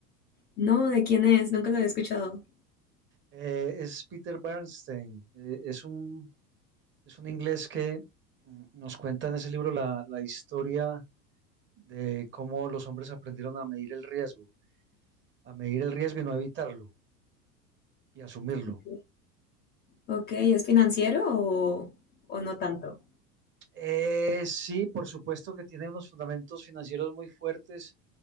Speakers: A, on the left; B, on the right.
A: No, ¿de quién es? Nunca lo había escuchado.
B: Eh, es Peter Bernstein. Eh, es un, es un inglés que mm, nos cuenta en ese libro la, la historia de cómo los hombres aprendieron a medir el riesgo, a medir el riesgo y no evitarlo y asumirlo.
A: Ok, Ok, ¿es financiero o, o no tanto?
B: Eh, sí, por supuesto que tiene unos fundamentos financieros muy fuertes,